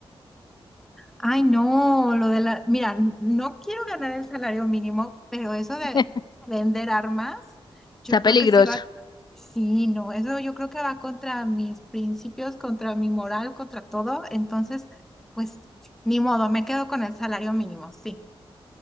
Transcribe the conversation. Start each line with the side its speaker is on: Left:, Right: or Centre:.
Centre: Ay, no, lo de la, mira, n- no quiero ganar el salario mínimo, pero eso de
Left: <laughs>
Centre: vender armas, yo
Left: Está
Centre: creo
Left: peligroso.
Centre: que sí va, sí, no, eso yo creo que va contra mis principios, contra mi moral, contra todo, entonces, pues, ni modo, me quedo con el salario mínimo, sí,